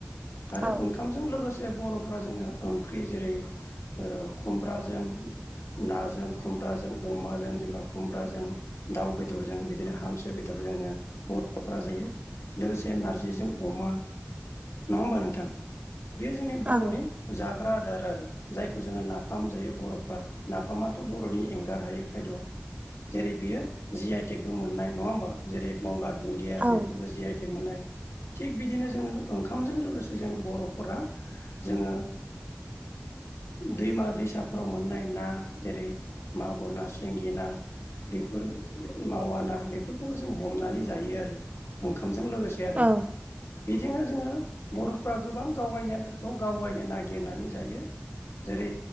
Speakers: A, on the left; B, on the right.
A: आरो
B: औ
A: ओंखामजों लोगोसे बर'फोरा जोङो ओंख्रि जेरै खु खुमब्राजों नाजों खुमब्राजों अमाजों जेनेबा खुमब्राजों दाउ बेदरजों बिदिनो हांसो बेदर जोङो बर'फोरा जायो लोगोसे नारजिजों अमा नङा होमबा नोंथां बेयो जोंनि
B: औ
A: बर'नि जाग्रा आदार आरो जायखौ जोङो ना नाफाम जायो बर'फ्रा नाफामाथ' बर'नि एंगार हायो खायद' जेरै बियो जि आइ टेकबो मोननाय नङा होमबा जेरै गंगार दुन्दिया
B: औ
A: बेफोरबो जि आइ थेग मोननाय थिग बिदिनो जोङो ओंखामजों लोगोसे जों बर'फोरा जोङो दैमा दैसाफोराव मोननाय ना जेरै मागुर ना सिंगि ना बेफोर माव ना बेफोरखौबो जों हमनानै जायो आरो ओंखाम जो जों लोगोसे आरो
B: औ
A: बिदिनो जोङो बर'फ्रा गोबां गावबायनि आदारखौ गावबायनो नागिरनानै जायो जेरै